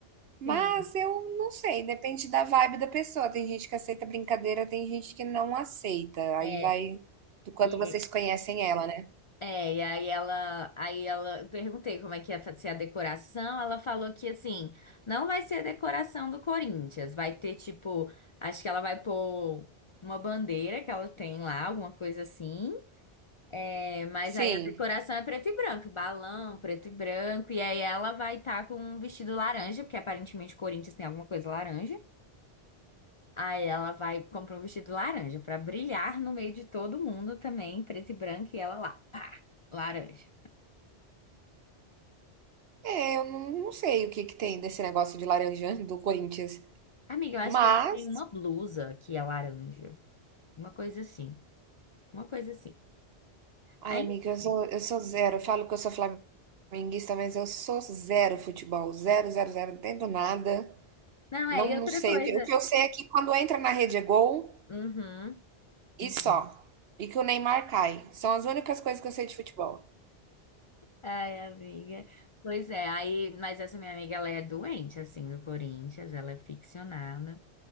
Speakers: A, on the right; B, on the left.
A: Mas
B: Sim.
A: eu não sei, depende da vibe da pessoa. Tem gente que aceita brincadeira, tem gente que não aceita.
B: é,
A: Aí vai do quanto
B: E,
A: vocês conhecem ela, né?
B: é, e aí ela, aí ela, eu perguntei como é que ia fa- ser a decoração, ela falou que assim, não vai ser decoração do Corinthians, vai ter tipo, acho que ela vai pôr uma bandeira que ela tem lá, alguma coisa assim. É, mas
A: Sim.
B: aí a decoração é preto e branco, balão, preto e branco, e aí ela vai estar com um vestido laranja, porque aparentemente o Corinthians tem alguma coisa laranja. Aí ela vai comprar um vestido laranja pra brilhar no meio de todo mundo também, preto e branco, e ela lá, pá, laranja.
A: É, eu não, não sei o que que tem desse negócio de laranja do Corinthians.
B: Amiga, eu acho
A: Mas,
B: que ele tem uma blusa que é laranja. Uma coisa assim. Uma coisa assim.
A: ai,
B: Aí,
A: amiga, eu sou,
B: enfim.
A: eu sou zero. Eu falo que eu sou flamenguista, mas eu sou zero futebol. Zero, zero, zero. Não entendo nada.
B: não,
A: Não,
B: é, e outra
A: não sei.
B: coisa.
A: O que, o que eu sei é que quando entra na rede é gol
B: Uhum.
A: e
B: Então.
A: só. E que o Neymar cai. São as únicas coisas que eu sei de futebol.
B: Ai, amiga. Pois é, aí, mas essa minha amiga, ela é doente, assim, do Corinthians, ela é ficcionada.